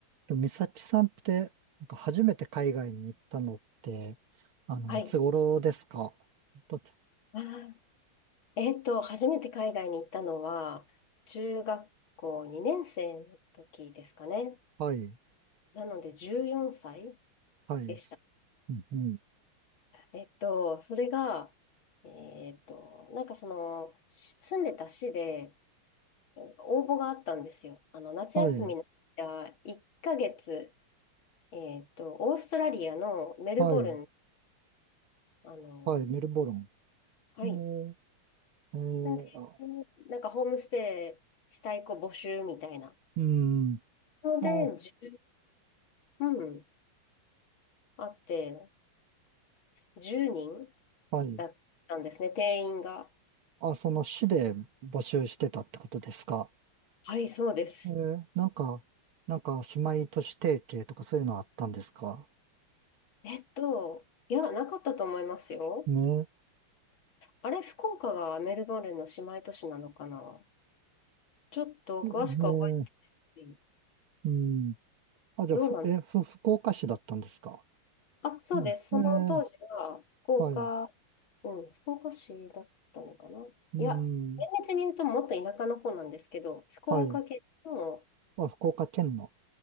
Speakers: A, on the right (about 75°); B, on the left (about 70°).
A: でも美咲さんって、なんか初めて海外に行ったのって、あの、
B: はい。
A: いつ頃ですかどっち
B: あー、えっと、初めて海外に行ったのは、中学校2年生の時ですかね。
A: はい、
B: なので、14歳
A: はい、
B: でした。
A: すうんうん、
B: えっと、それが、えっと、なんかその、し住んでた市で応募があったんですよ。あの、夏休みの
A: はい、
B: 1ヶ月、えっと、オーストラリアのメルボルン、
A: はい、
B: あの、
A: はい、メルボルン。
B: はい。
A: えー、えー、
B: んで、
A: あ
B: なんかホームステイしたい子募集みたいな。
A: うん、
B: ので、
A: あ、
B: 1うん。あって、10人
A: はい。
B: だったんですね、定員が。
A: あ、その市で募集してたってことですか
B: はい、そうです。
A: えー、なんか、なんか、姉妹都市提携とかそういうのあったんですか
B: えっと、いや、なかったと思いますよ。
A: ね、
B: あれ、福岡がメルボルンの姉妹都市なのかなちょっと詳しくは覚え
A: えー、
B: てない。
A: うん。あ、じゃあ、
B: どうなの
A: ふえ、ふ、福岡市だったんですか
B: あ、そうです。
A: うん。
B: その当時は、
A: え
B: 福岡、
A: はい。う
B: うん、福岡市だったのかな。
A: ん。
B: いや、厳密に言うともっと田舎の方なんですけど、福岡県の、
A: はい。あ、福岡県の。